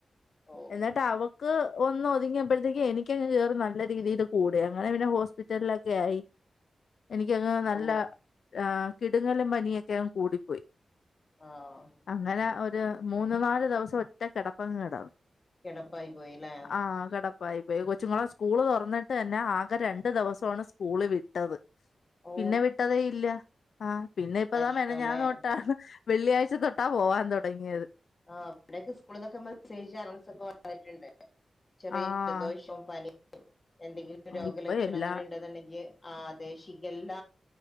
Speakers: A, on the left (about 35°); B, on the left (about 80°).
A: ഓ
B: എന്നിട്ട് അവ <unintelligible> ഒന്ന് ഒന്ന് ഒതുങ്ങിയപ്പോഴത്തേക്ക് എനിക്ക് ഒന്ന് നല്ല രീതിയിൽ കൂടീ അങ്ങനെ പിന്നെ <unintelligible> ഹോസ്പിറ്റലിൽ ഒക്കെ ആയി എനിക്കങ്ങ്നല്ല
A: ഓ
B: ആ <unintelligible> കിടുങ്ങലും പനിയൊക്കെഅങ് കൂടിപ്പോയി
A: ആഹ്
B: അങ്ങന ഒരു മൂന്ന് നാല് ഒരുദിവസം ഒറ്റ കിടപ്പങ് കിടന്നു
A: കിടപ്പായി പോയില്ലേ
B: ആ കിടപ്പ് <unintelligible> ഇതായി പോയി <unintelligible> കൊച്ചുങ്ങളെ സ്കൂള് തുറന്നിട്ട് തന്നെ ആ <unintelligible> രണ്ടു ദിവസമാണ് സ്കൂള് വിട്ടത് <unintelligible>
A: ഓ
B: പിന്നെ വിട്ടതേ ഇല്ല അ പിന്നെ ഇപ്പതാ
A: കഷ്ടല്ലേ
B: മിനിഞ്ഞാന്ന് തൊട്ടണേ <unintelligible> വെള്ളിയാഴ്ച തൊട്ടാ പോവാൻ തുടങ്ങിയത്
A: ആ ഇവിടെയൊക്കെ സ്കൂളിൽന്നൊക്കെ മെസേജ് അനൗൺസ് ഒക്കെ വന്നി <unintelligible> പറിട്ടുണ്ട് <unintelligible> ചെറിയ
B: ആഹ്
A: ജലദോഷവും പനി എന്തെങ്കിലും രോഗലക്ഷണങ്ങൾ
B: ഇപ്പൊ എല്ലാ
A: ഉണ്ട്ന്ന്ണ്ടെങ്കിൽ ആ അതെ ഷിഗല്ല